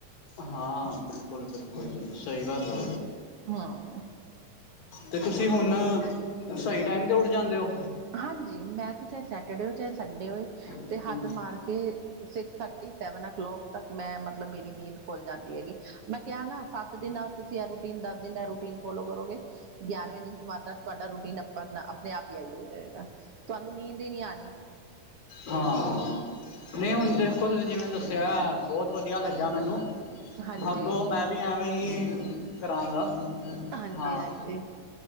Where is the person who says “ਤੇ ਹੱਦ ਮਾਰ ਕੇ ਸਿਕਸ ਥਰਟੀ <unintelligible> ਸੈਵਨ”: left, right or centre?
Right